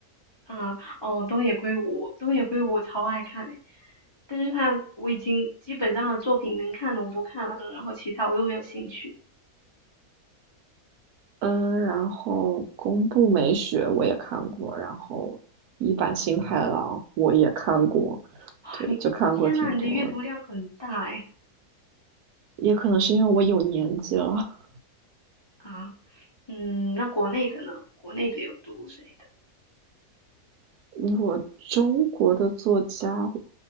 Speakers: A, on the left; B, on the right.
A: 嗯，哦，东野圭吾，东野圭吾我超爱看的。但是他我已经基本上的作品能看的我都看完了，然后其他我又没有兴趣。
B: 嗯，然后宫部美雪我也看过，然后一坂幸太郎我也看过，对，
A: 你天呐，
B: 就看过挺多，
A: 你的阅读量很大哎
B: 也可能是因为我有年纪了。
A: 啊，嗯，那国内的呢？国内的有读谁的？
B: <laughs> 我中国的作家，